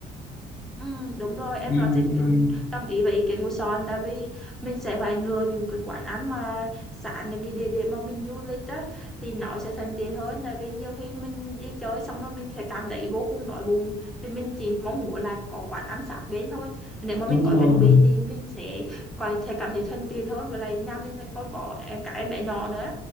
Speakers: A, in the centre; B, on the left (about 75°).
A: Ừ, đúng rồi em
B: ừ,
A: nói sẽ
B: ừ,
A: đồng ý với ý kiến của Son tại vì mình sẽ phải lựa những cái quán ăn mà sẵn những cái địa điểm mà mình du lịch á thì nó sẽ thuận tiện hơn tại vì nhiều khi mình đi chơi xong rồi mình sẽ cảm thấy vô cùng đói bụng thì mình chỉ mong muốn là có quán ăn sẵn đến thôi nếu mà
B: đúng
A: mình có
B: rồi
A: chuẩn bị thì mình sẽ có thể cảm thấy thuận tiện hơn với lại nhà mình là còn có em cả em bé nhỏ nữa